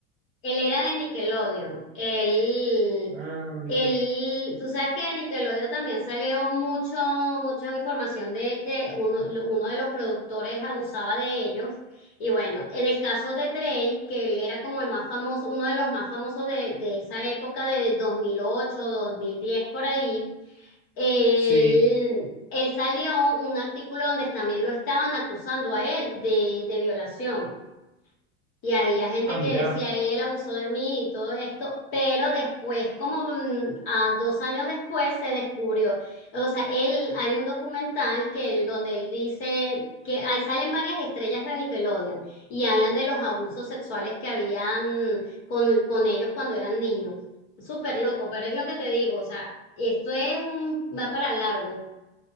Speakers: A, on the left (about 60°); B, on the right (about 25°).
A: Él era de Nickelodeon. Él,
B: Ah, mira.
A: él, tú sabes que de Nickelodeon también salió mucho, mucha información de que uno, lo- uno de los productores abusaba de ellos. Y bueno, en el caso de Drake, que él era como el más famoso, uno de los más famosos de, de esa época de dos dos mil ocho, dos mil diez por ahí, él,
B: Sí.
A: él salió un artículo donde también lo estaban acusando a él de de violación. Y había gente
B: Ah, mira.
A: que decía, él abusó de mí y todo esto, pero después, como mm, a dos años después, se descubrió. O sea, él, hay un documental que él- donde él dice que ahí salen varias estrellas de Nickelodeon y hablan de los abusos sexuales que habían con, con ellos cuando eran niños. Súper loco, pero es lo que te digo, o sea, esto es un, va para largo,